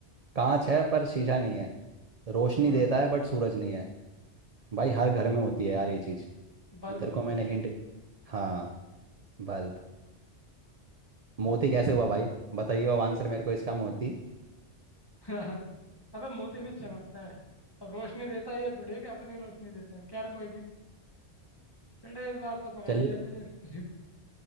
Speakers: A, on the right; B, on the left.
A: कांच है पर शीशा नहीं है रोशनी
B: हाँ
A: देता है बट सूरज नहीं है भाई हर घर में होती है यार ये चीज
B: बल्ब
A: इधर को मैंने हिंट भी हाँ बल्ब मोती
B: हाँ
A: कैसे हुआ भाई बताइए अब आंसर मेरे को इसका मोती
B: <laughs> अबे मोती भी चमकता है अब रोशनी देता है ये थोड़ी है कि अपनी रोशनी देता है खैर कोई नहीं बेटा इस बार तो पकड़
A: चलिए
B: दिया तुझे <laughs>